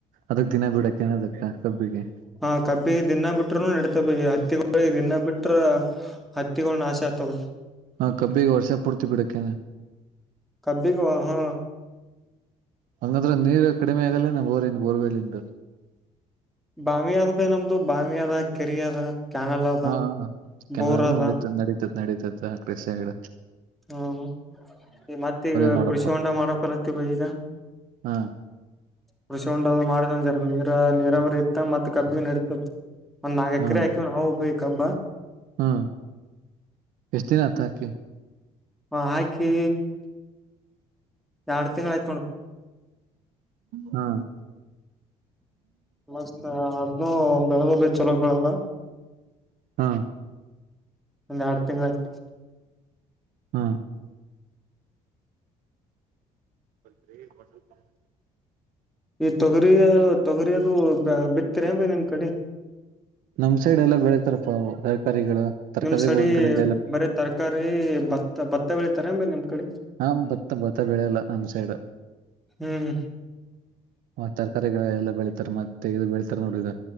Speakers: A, on the right (about 75°); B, in the centre.
A: ಅದಕ್ ದಿನ ಬಿಡಕ್ಕ ಏನ ಅದಕ್ಕ ಕಬ್ಬಿಗೆ
B: ಹಾ ಕಬ್ಬಿಗೆ ದಿನ್ನಾ ಬಿಟ್ಟರು ನಡಿತೆದ ಬೆ ಹತ್ತಿಗ ದಿನ ಬಿಟ್ರ ಹತ್ತಿಗಳ ನಾಶ ಆಗ್ತವ
A: ಹಾ ಕಬ್ಬಿಗೆ ವರ್ಷ ಪೂರ್ತಿ ಬಿಡಕ್ಕೆೆ
B: ಕಬ್ಬಿಗ ಹಾಹು
A: ಹಂಗಾದ್ರೆ ನೀರ್ ಕಡಿಮೆ ಆಗಲ್ಲೇನ ಬೋರ ಬೋರ್ವಲಿಿಂದ
B: ಬಾವಿ ಆದ ಭೇ ನಮ್ದು ಬಾವಿ ಅದ ಕೆರಿ ಅದ ಕ್ಯಾನಲ್ ಅದ
A: ಹಾ ಯಾಕ
B: ಬೋರ್ ಅದ
A: ನಡಿತದ ನಡೀತದ ನಡೀತದ ಕ್ರಷಿಡ
B: ಹ್ಮ ಈಗ ಮತ್ತ ಈಗ
A: ನೋಡಪ್ಪ
B: ಕೃಷಿ ಹೊಂಡಾ ಮಾಡೋಕಲತ್ತೀ ಬೈ ಈಗ
A: ಹಾ
B: ಕೃಷಿ ಹೊಂಡ ಅದು ಮಾಡದ ಜಗ್ಗ ನೀರ ನೀರಾವರಿ ಇತ್ತ ಅಂದ್ರ ಮತ್ತ ಕಬ್ಬಿಗೆ ನಡಿತದ ಒಂದ ನಾಕ ಎಕರೆ
A: ಹಾ
B: ಹಾಕಿವಿ ನಾವು ಬೈ ಕಬ್ಬ.
A: ಹಾ ಎಷ್ಟ ದಿನಾ ಆತ ಹಾಕಿ.
B: ಹು ಹಾಕಿ ಎರಡು ತಿಂಗಳು ಆಯ್ತ ನೋಡು.
A: ಹಾ
B: ಮತ್ತ ಅದ್ನು ಬೆಳದಲ್ಲಿ ಚಲೋ ಬೆಳದ.
A: ಹಾ
B: ಒಂದು ಎರಡು ತಿಂಗಳು ಆಯ್ತು.
A: ಹಾ ಒಂದೆ ಕ್ವಾಟರ್ಸ್ ನಮ್ಮದ.
B: ಈ ತೊಗರಿ ತೊಗರಿ ಅದು ಬಿತ್ತರೆಂಡ್ರಿ ನಿಮ್ಮ ಕಡೆ.
A: ನಮ್ಮ ಸೈಡ್ ಎಲ್ಲಾ ಬೆಳೀತಾರಪ್ಪಾವು ತರಕಾರಿಗಳು ತರಕಾರಿಗಳು
B: ನಿಮ್ ಸಡಿ
A: ಒಂದ ಕಡೆಯಿಂದ ಎಲ್ಲಾ.
B: ಬರೇ ತರಕಾರಿ ಭತ್ತ ಭತ್ತ ಬೆಳಿತಾರೆ ಅಂಬೇ ನಿಮ್ಮ ಕಡೆ.
A: ಹಾ ಬತ್ತ ಬತ್ತ ಬೆಳೆಯಲ್ಲ ನಮ್ ಸೈಡ.
B: ಹ್ಮ್
A: ಆ ತರಕಾರಿಗಳ ಎಲ್ಲಾ ಬೆಳೀತಾರೆ ಮತ್ತೆ ಇದು ಬೆಳತಾರ ನೋಡಿದು